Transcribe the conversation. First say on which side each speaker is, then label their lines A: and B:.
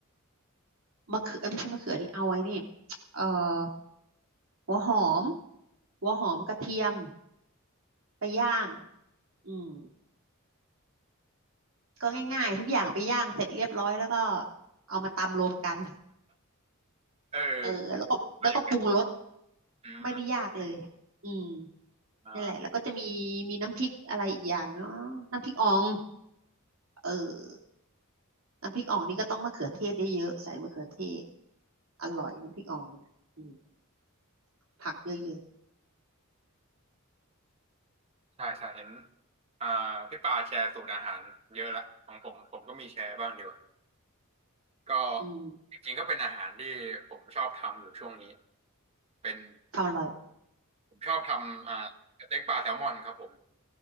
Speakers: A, on the right; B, on the right.
A: มะเขือเอ้ยไม่ใช่มะเขือดิเอาไว้นี่เอ่อหัวหอมหัวหอมกระเทียมไปย่างอืมก็ง่ายๆทุกอย่างไปย่างเสร็จเรียบร้อยแล้วก็เอามาตำรวมกัน
B: เอออะไรอย่างเงี้ย
A: เออแล้วก็แล้วก็ปรุงรส
B: อื
A: ไม่ได้ยากเลยอืม
B: ม
A: นั่นแหละแล้วก็จะมีมีน้ำพริกอะไรอีกอย่างเนาะน้ำพริกอ่องเออน้ำพริกอ่องนี่ก็ต้องมะเขือเทศเยอะๆใส่มะเขือเทศอร่อยน้ำพริกอ่องเนี่ยอืมผักเยอะ
B: ใช่ใช่เห็นอ่าพี่ปาแชร์สูตรอาหารเยอะละของผมผมก็มีแชร์บ้างดีกว่าก็
A: ๆอืม
B: จริงๆก็เป็นอาหารที่ผมชอบทำอยู่ช่วงนี้เป็น
A: ทำอร่อย
B: ผมชอบทำอ่าสเต็กปลาแซลมอนครับผม